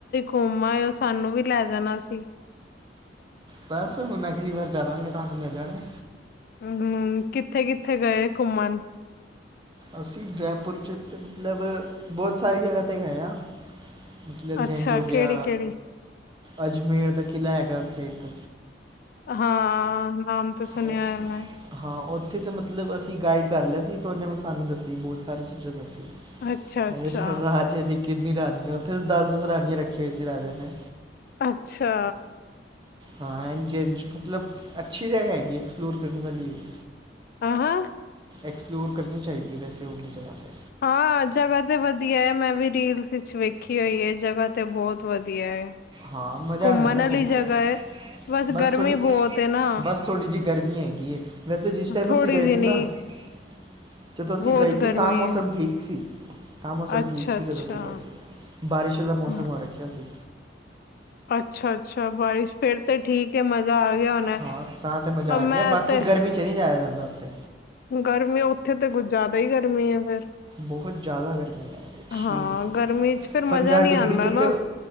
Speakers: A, on the left; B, on the right.
A: ਘੁਮ ਆਏ ਉਹ ਸਾਨੂੰ ਵੀ ਲੈ ਜਾਣਾ ਸੀ
B: ਬਸ ਹੁਣ ਅਗਲੀ ਵਾਰ ਜਾਵਾਂਗੇ ਤੁਹਾਨੂੰ ਲੈ ਜਾਾਂਗੇ
A: ਹਮ ਕਿੱਥੇ-ਕਿੱਥੇ ਗਏ ਘੁੰਮਣ
B: ਅਸੀਂ ਜੈਪੁਰ 'ਚ ਔਤੇ ਮਤਲਬ ਬਹੁਤ ਸਾਰੀ ਜਗ੍ਹਾ 'ਤੇ ਗਏ ਹਾਂ ਮਤਲਬ
A: ਅੱਛਾ
B: ਜੇਂਜ ਹੋ ਗਿਆ
A: ਕਿਹੜੀ ਕਿਹੜੀ
B: ਅਜਮੇਰ ਦਾ ਕਿਲ੍ਹਾ ਹੈਗਾ ਉੱਥੇ ਇੱਕ
A: ਹਾਂ ਨਾਮ ਤਾਂ ਸੁਣਿਆ
B: ਉਹ-
A: ਹੈਗੈ
B: ਹਾਂ ਉੱਥੇ ਤਾਂ ਮਤਲਬ ਅਸੀਂ ਗਾਈਡ ਕਰ ਲਿਆ ਸੀ ਤੇ ਉਹਨੇ ਮੈਂ ਸਾਨੂੰ ਦੱਸੀ ਬਹੁਤ ਸਾਰੀਆਂ ਚੀਜ਼ਾਂ ਦੱਸ
A: ਅੱਛਾ ਅੱਛਾ
B: ਰਾਜੇ ਦੀ ਕਿੰਨੀ ਰਾਨੀਆਂ ਹੈ ਉੱਥੇ ਦਸ-ਦਸ ਰਾਨੀਆਂ ਰੱਖੀ ਹੋਈ ਸੀ ਰਾਜੇ ਨੇ
A: ਅੱਛਾ
B: ਹਾਂ ਐਂਜ ਮਤਲਬ ਅੱਛੀ ਜਗਾ ਹੈਗੀ ਐਕਸਪਲੋਰ ਕਰਨ ਵਾਲੀ ਹੈ
A: ਆਂ ਹ
B: ਐਕਸਪਲੋਰ ਕਰਨੀ ਚਾਹੀਦੀ ਹੈ ਵੈਸੇ ਉਹ ਵਾਲੀ ਜਗਾ 'ਤੇ
A: ਹਾਂ ਜਗ੍ਹਾ ਤੇ ਵਧੀਆ ਹੈ ਮੈਂ ਵੀ ਰੀਲਸ ਵਿੱਚ ਵੇਖੀ ਹੋਈ ਹੈ ਜਗ੍ਹਾ ਤੇ ਬਹੁਤ ਵਧੀਆ ਹੈ
B: ਹਾਂ ਮਜ਼ਾ
A: ਘੁੰਮਣ
B: ਆ ਜਾਂਦਾ
A: ਵਾਲੀ
B: ਘੁੰਮ
A: ਜਗ੍ਹਾ
B: ਕੇ
A: ਹੈ
B: ਬਸ
A: ਗਰਮੀ
B: ਥੋੜੀ
A: ਬਹੁਤ ਹੈ ਨਾ
B: ਬਸ ਥੋੜ੍ਹੀ ਜਿਹੀ ਗਰਮੀ ਹੈਗੀ ਹੈ ਵੈਸੇ ਜਿਸ ਟਾਈਮ
A: ਥੋੜ੍ਹੀ
B: ਅਸੀਂ ਗਏ
A: ਜਿਹੀ
B: ਸੀ
A: ਨੀ
B: ਨਾ <unintelligible> ਜਦੋਂ ਅਸੀਂ
A: ਬਹੁਤ
B: ਗਏ ਸੀ
A: ਗਰਮੀ
B: ਤਾਂ ਮੌਸਮ
A: ਹੈ
B: ਠੀਕ ਸੀ ਤਾਂ ਮੌਸਮ
A: ਅੱਛਾ
B: ਠੀਕ ਸੀ
A: ਅੱਛਾ
B: ਜਦੋਂ ਅਸੀਂ ਗਏ ਸੀ ਬਾਰਿਸ਼ ਵਾਲਾ ਮੌਸਮ
A: ਹਾਂ
B: ਹੋ ਰੱਖਿਆ ਸੀ
A: ਅੱਛਾ-ਅੱਛਾ ਬਾਰਿਸ਼ ਫੇਰ ਤੇ ਠੀਕ ਹੈ ਮਜ਼ਾ ਆ ਗਿਆ ਹੋਣਾ
B: ਹਾਂ ਤਾਂ ਤੇ ਮਜ਼ਾ ਆ
A: ਮੈਂ
B: ਗਿਆ ਬਾਕੀ
A: ਤੇ
B: ਗਰਮੀ 'ਚ ਨਹੀਂ ਜਾਇਆ ਜਾਂਦਾ ਉੱਥੇ
A: ਗਰਮੀ ਉੱਥੇ ਤਾਂ ਕੁਝ ਜ਼ਿਆਦਾ ਹੀ ਗਰਮੀ ਐ ਫੇਰ
B: ਬਹੁਤ ਜ਼ਿਆਦਾ ਗਰਮੀ ਐ ਐਕਸਟ੍ਰਰੀਮ
A: ਹਾਂ
B: ਹੈ
A: ਗਰਮੀ ਚ ਫੇਰ ਮਜ਼ਾ
B: ਪੰਜਾਹ
A: ਨਹੀਂ
B: ਡਿਗਰੀ
A: ਆਂਦਾ
B: 'ਚ
A: ਨਾ
B: ਤੇ